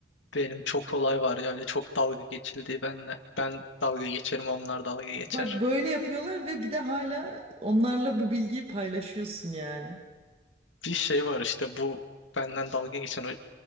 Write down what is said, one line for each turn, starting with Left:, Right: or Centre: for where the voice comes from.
Left: Benim çok olay var ya öyle çok dalga geçildiği benle. Ben dalga geçerim onlar dalga geçer.
Right: Bak böyle yapıyorlar ve bir de hala onlarla bu bilgiyi paylaşıyorsun yani.
Left: Bir şey var işte bu benden dalga geçen o